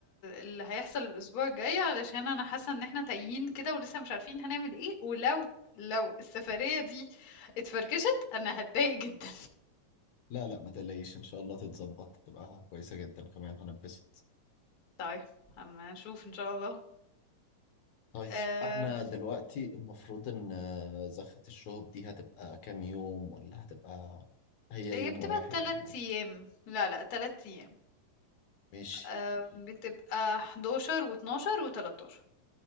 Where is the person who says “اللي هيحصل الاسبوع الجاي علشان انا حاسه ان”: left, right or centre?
Left